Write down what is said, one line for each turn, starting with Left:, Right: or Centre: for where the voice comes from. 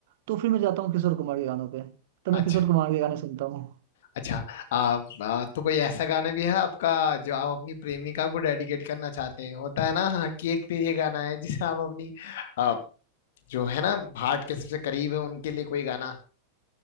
Right: तो फिर मैं जाता हूँ किशोर कुमार के गानों पे तो
Left: अच्छा
Right: मैं किशोर कुमार के गाने सुनता हूँ
Left: अच्छा आ, आ, तो कोई ऐसा गाना भी है आपका जो आप अपनी प्रेमिका को डेडिकेट करना चाहते हैं होता है ना हाँ कि एक पे ये गाना है जिसे आप अपनी आ, जो है ना हार्ट के सबसे करीब है उनके लिए कोई गाना